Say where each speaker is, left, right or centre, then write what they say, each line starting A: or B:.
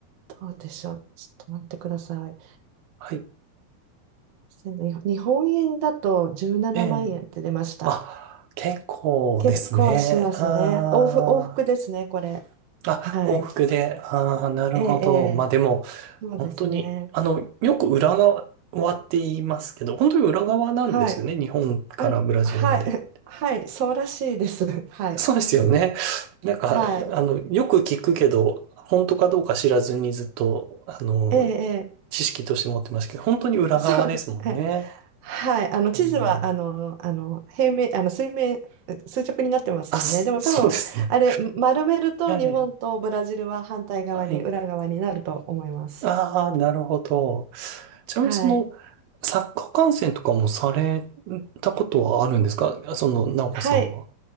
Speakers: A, on the right; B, on the right.
A: うでしょう。ちょっと待ってください。
B: はい
A: せん日本円だと17万円って出ました。
B: ええ。あ、結構ですね。
A: 結構しますね。
B: あ
A: 往復、往復ですね、これ。
B: ーあ、
A: はい。
B: 往復で、ああ、なるほど。
A: ええ、ええ
B: まあでも、
A: そうですね。
B: 本当に、あの、よく裏側って言いますけど、本当に裏側なんですよね。
A: はい。
B: 日本からブラジルまで。
A: あ、はい。<laughs> はい。そうらしいです。<laughs> はい。
B: そうですよね。なんか、
A: はい。
B: あの、よく聞くけど、本当かどうか知らずにずっと、あの、
A: ええ、え
B: 知識として持ってましたけど、本当に裏側ですもんね。
A: え <laughs> そう。<laughs> ええはい。あの、地図は、
B: うん、
A: あの、あの、平面、あの、水面、垂直になってますもんね。
B: あ、そそうですね。
A: でも多分、あれ、丸めると日本とブラジルは反対側に、
B: ええ。はい。
A: 裏側になると思います。
B: ああ、なるほど。ちなみにその、
A: はい。
B: サッカー観戦とかもされたことはあるんですかその、直子さんは。
A: はい。